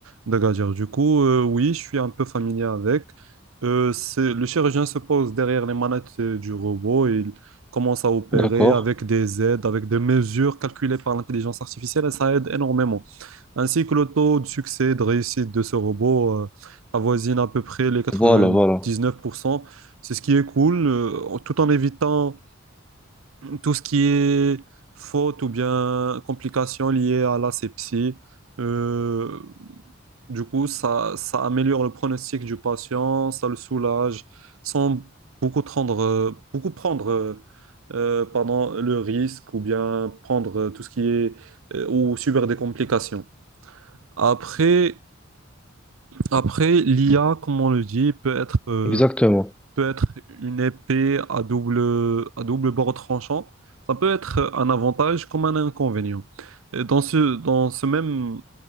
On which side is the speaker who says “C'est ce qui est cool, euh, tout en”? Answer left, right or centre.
Right